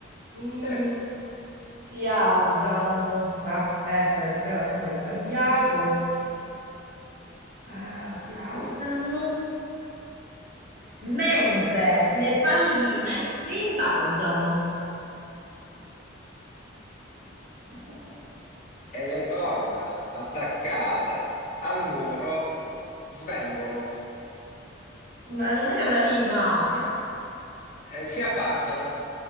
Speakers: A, on the right (about 45°); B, on the left (about 40°).
A: Mm,
B: certo,
A: si alzano. Aspetta, perché ora qua abbiamo cambiato. Ah, si alzano mentre le palline rimbalzano. <laughs>
B: e le corna attaccate al muro svengono,
A: Ma non è una rima, <laughs>
B: e si abbassano.